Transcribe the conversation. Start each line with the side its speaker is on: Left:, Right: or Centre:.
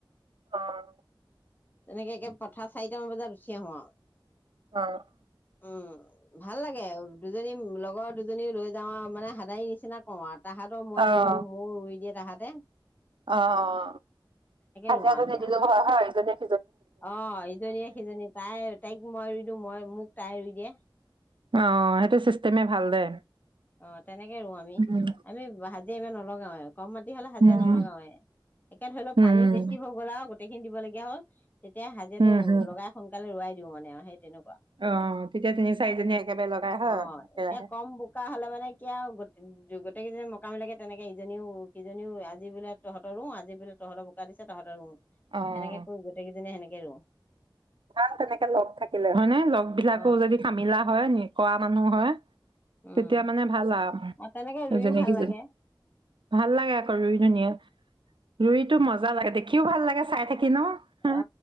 Right: অ'
Left: তেনেকে একে পথাৰ চাৰিটামান বজাত উঠি আহো আও।
Right: অ',
Left: উম ভাল লাগে দুজনী লগৰ দুজনী লৈ যাও মানে হাত দায়ী নিচিনা কওঁ ৱাত। তাহাঁতৰ মই
Right: অ'।
Left: ৰুই দিওঁ, মোৰো ৰুই দিয়ে। তাহাতে।
Right: অ হাজিৰা
Left: ৰুওঁ আমি
Right: যদি নিদিলোঁ
Left: আৰু
Right: হয় হয় দু-
Left: অ ইজনীয়ে সিজনী তাই তাইক, মই ৰুই দিওঁ, মোক তাই ৰুই দিয়ে।
Right: অ সেইটো চিষ্টেমে ভাল দে।
Left: অ তেনেকে ৰুওঁ আমি
Right: উম,
Left: আমি হাজিৰা ইমান নলগাওৱে আৰু কম মাটি হ'লে হাজিৰা
Right: উম।
Left: নলগাওৱে। একে ধৰি লওক
Right: উম,
Left: পানী বেছি হৈ গল আও গোটেইখিনি দিবলগীয়া হ'ল। তেতিয়া হাজিৰাটো
Right: উম, হম,
Left: লগাই সোনকালে ৰোৱাই মানে সেই তেনেকোৱা।
Right: অ তেতিয়া তিনি চাৰিজনী একেবাৰে লগাই হয়,
Left: অ
Right: একেৰাহে
Left: এতিয়া কম বোকা হলে মানে কি আও গোটেই কেইজনি মকামিলাকে তেনেকে ইজনীও সিজনীও আজি বোলে তহঁতৰ ৰু, আজি বোলে তহতৰ বোকা দিছে তহঁতৰ ৰোওঁ।
Right: অ'।
Left: এনেকে কৰি, গোটেই কেইজনী সেনেকে ৰোও
Right: ভাল তেনেকে লগ থাকিলে হয় নে লগ বিলাকো
Left: অ
Right: যদি কামিলা হয় নে কৰা মানুহ হয়
Left: উম
Right: তেতিয়া মানে ভাল আও
Left: আৰু তেনেকে ৰুইও
Right: যেনেকে,
Left: ভাল লাগে
Right: ভাল লাগে আকৌ ৰুই কেনি। ৰুইতো মজা লাগে, দেখিও ভাল লাগে। চাই থাকিলে নহয়
Left: অ